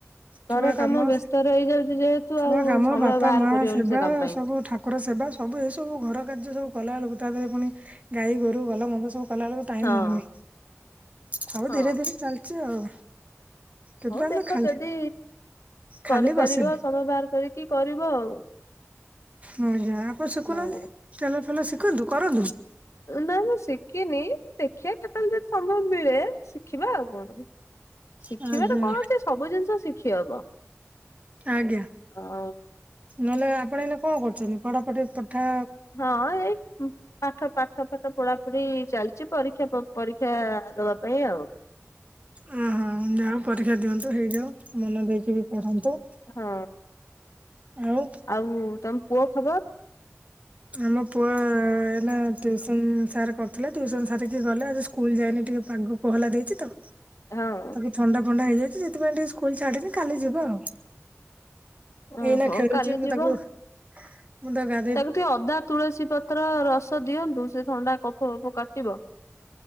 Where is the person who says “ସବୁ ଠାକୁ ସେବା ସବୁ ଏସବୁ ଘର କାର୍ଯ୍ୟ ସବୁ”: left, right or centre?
Right